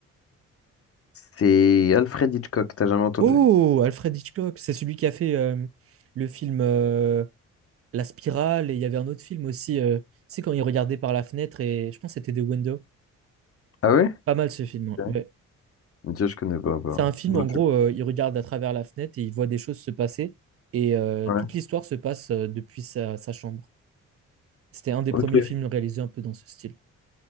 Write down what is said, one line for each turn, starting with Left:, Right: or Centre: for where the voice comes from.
Left: C'est Alfred Hitchcock, t'as jamais entendu?
Right: Oh, Alfred Hitchcock, c'est celui qui a fait euh, le film euh, La Spirale, et il y avait un autre film aussi, euh, tu sais, quand il regardait par la fenêtre, et je pense que c'était The Window.
Left: Ah ouais?
Right: Pas mal ce film, hein,
Left: Ouais.
Right: ouais.
Left: Dieu, je connais pas, bah.
Right: C'est un film,
Left: Ok.
Right: en gros, euh, il regarde à travers la fenêtre et il voit des choses se passer, et euh,
Left: Ouais.
Right: toute l'histoire se passe euh, depuis sa, sa chambre. C'était un des
Left: Ok.
Right: premiers films réalisés un peu dans ce style.